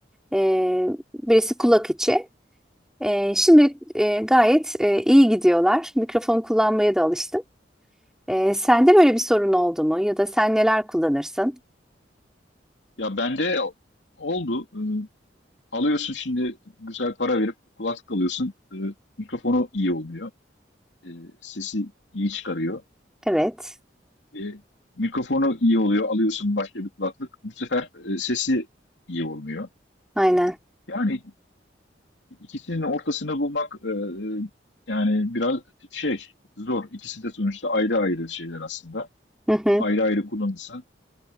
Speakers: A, in the centre; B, on the left.
A: e, birisi kulak içi. Ee, şimdilik e, gayet e, iyi gidiyorlar. Mikrofon kullanmaya da alıştım. Ee, sende böyle bir sorun oldu mu? Ya da sen neler kullanırsın?
B: Ya bende oldu. Ee, alıyorsun şimdi güzel para verip kulaklık alıyorsun. Ee, mikrofonu iyi olmuyor. Ee, sesi iyi çıkarıyor.
A: Evet,
B: Ee, mikrofonu iyi oluyor. Alıyorsun başka bir kulaklık. Bu sefer e, sesi iyi olmuyor.
A: aynen.
B: Yani ikisinin ortasını bulmak e, e, yani biraz şey zor. İkisi de sonuçta ayrı ayrı şeyler aslında.
A: Hı hı,
B: Ayrı ayrı kullanırsan.